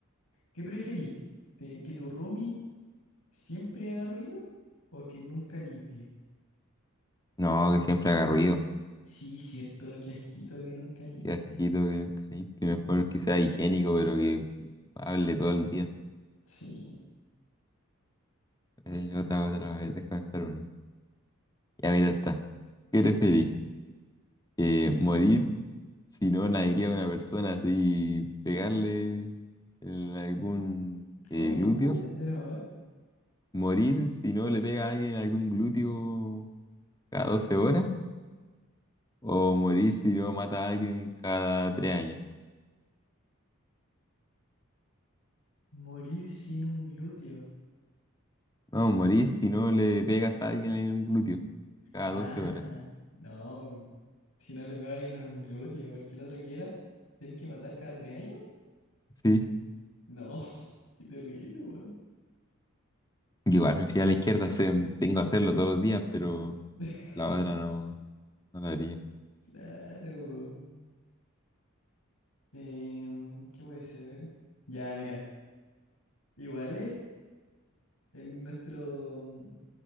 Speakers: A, on the left; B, on the left.
A: ¿Qué preferís? ¿Te- ¿Que tu roomie siempre haga ruido o que nunca limpie?
B: No, que siempre haga ruido.
A: Sí, cierto, qué asquito que nunca limpie.
B: Que asquito, que que mejor que sea higiénico, pero que hable todo el día.
A: Sí.
B: Eh, otra, otra, a ver, déjame pensar una. Ya mira esta. ¿Qué preferís? Eh, ¿morir si no nalguea a una persona así, pegarle en algún eh,
A: ¿Cómo?
B: glúteo?
A: ¿Cómo? De, de nuevo, a ver.
B: ¿Morir si no le pega a alguien algún glúteo cada 12 horas? ¿O morir si no mata a alguien cada 3 años?
A: Morir sin un glúteo.
B: No, morir si no le pegas a alguien en un glúteo cada
A: Ah,
B: 12 horas.
A: no. Si no le pego a alguien en un glúteo, porque el otro quiera, ¿tienes que matar cada tres años?
B: Sí.
A: No, <laughs> qué terrible, weón.
B: Yo Igual prefiero a la izquierda, <laughs> o sea, tengo que hacerlo todos los días, pero
A: <laughs>
B: la otra no, no la haría.
A: Claro. Em, ¿qué puede ser? Ya, mira, igual es en nuestro, mm,